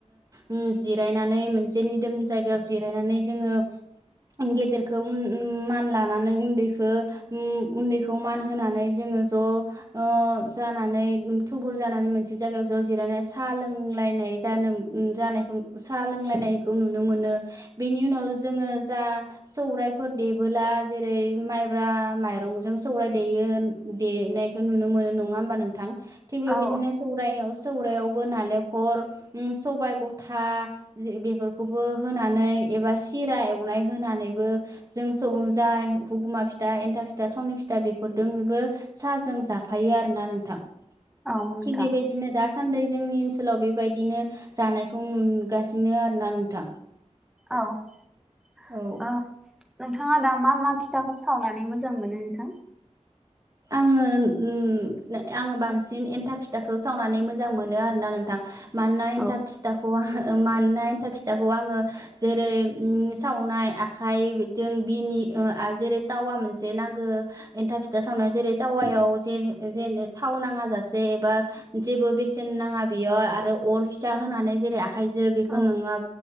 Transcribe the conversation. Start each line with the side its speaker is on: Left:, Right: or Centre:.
Right: उम जिरायनानै मोनसे निदोम जायगायाव जिरायनानै जोङो गेदेरखौ मान लानानै उन्दैखो-उन्दैखौ मान होना नै जोङो ज' ओ जानानै थुबुर जानानो मोनसे जागायाव ज जिरायना लों लायनाय जनों ओ जानायखौ सा लोंलायनायखौ नुनो मोनो बेनि उनाव जोङो जा सौरायफोर देबोला जेरै माइब्रा माइरंजों सौराय देयो देनायखो नुनो मोनो नुवा होमबा नोंथां थि बेबायदिनो
Centre: औ
Right: सौरायाव सौरयावबो नालेखल उम सबाय गथा जे बेफोरखौबो होनानै एबा सिरा एवनाय होनानैबो <unintelligible> हुगुमा फिथा एन्था फिथा थावनि फिथा बेफोरदोंबो साजों जाफायो आरोना नोंथां
Centre: औ नोंथां
Right: थिग बेबायदिनो दा सान्दै जोंनि ओनसोलाव बेबायदिनो जानायखौ नुगासिनो आरो ना नोंथां
Centre: औ
Right: औ
Centre: ओ नोंथाङा दा मा मा फिथाखो सावनानै मोजां मोनो नोंथां
Right: आङो <unintelligible> आङो बांसिन एन्था फिथाखौ सावनानै मोजां मोनो आरोना नोंथां मानोना एन्थाब
Centre: औ
Right: फिथाखौ <inaudible> फिथाखौ आङो जेरै उम सावनाय आखाइजों बिनि ओ आ जेरै टावा मोनसे नांगो एन्था फि फिथा सावनो जेरै टावायाव जे जे थाव नाङा जासे एबा जेबो बेसेन नाङा, बेयाव आरो अर फिसा होनानै जेरै आखाइजो बेखो
Centre: औ
Right: नङा